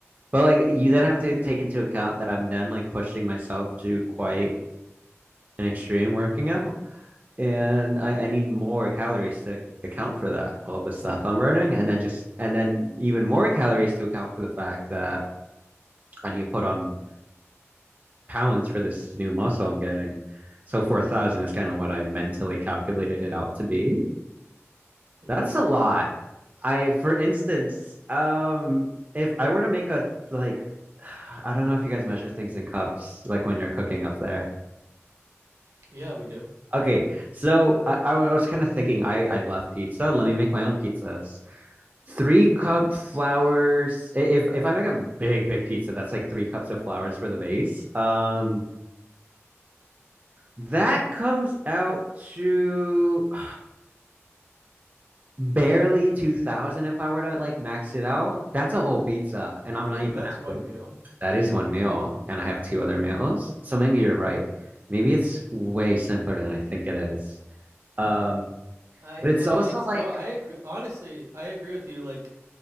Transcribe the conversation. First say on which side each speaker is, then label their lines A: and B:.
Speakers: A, on the right; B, on the right.
A: But like you then have
B: Mm-hmm.
A: to take into account that I'm then like pushing myself to quite an extreme working out. And
B: Mm-hmm.
A: I, I need more calories to account for that, all the stuff I'm burning. And then just, and then even more calories to account for the fact that I need to put on pounds for this new muscle I'm getting. So 4,000 is kind of what I mentally calculated it out to be.
B: Mm-hmm.
A: That's a lot. I, for instance, um, if I were to make a like, <sighs> I don't know if you guys measure things in cups, like when you're cooking up there.
B: Yeah, we do.
A: Okay, so I, I was kind of thinking, I I love pizza. Let me make my own pizzas. Three cup flours. i- If if I make a big big pizza, that's like three cups of flours for the base. Um, that comes out to <sighs> barely two thousand. If I were to like max it out, that's a whole pizza, and I'm not
B: Yeah,
A: even
B: but that's
A: halfway.
B: one meal.
A: That is one meal, and I have two other meals. So maybe you're right. Maybe it's way simpler than I think it is. Um,
B: I
A: but it's
B: I
A: also
B: mean it's
A: like,
B: no, I agree honestly, I agree with you like